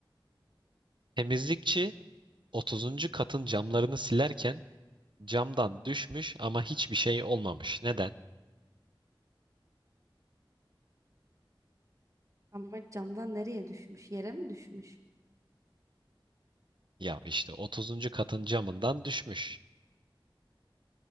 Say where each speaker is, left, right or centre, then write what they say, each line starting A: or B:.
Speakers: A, on the right; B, on the right.
A: Temizlikçi 30. katın camlarını silerken camdan düşmüş ama hiçbir şey olmamış. Neden?
B: Ama camdan nereye düşmüş? Yere mi düşmüş?
A: Ya işte 30. katın camından düşmüş.